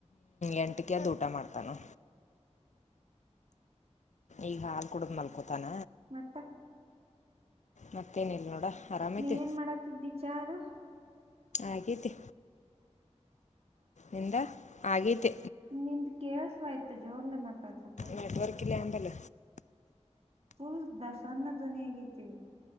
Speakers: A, on the left; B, on the right.
A: ಎಂಟಿಕ ಊಟ ಮಾಡ್ತಾನೋ ಈಗ ಹಾಲ್ ಕುಡುದ ಮಲ್ಕೋತಾನ
B: ಮತ್ತ
A: ಮತ್ತೇನಿಲ್ಲ ನೋಡ ಆರಾಮೈತಿ
B: ನೀ ಏನ್ ಮಾಡತಿದ್ದೀಚ ಅದು
A: ಆಗೇತಿ ನಿಂದ ಆಗೇತಿ
B: ನಿಂದ ಕೇಳ್ಸಯ್ತ ಜೋರ್ಲ್ಲೇ ಮಾತಾಡ್ಸೊಪ
A: ನೆಟ್ವರ್ಕ್ ಇಲ್ಲ ಅಂಬಲ್ಲ
B: ತುಲ್ ದಸನ್ನ ಧ್ವನಿ ಆಗತಿ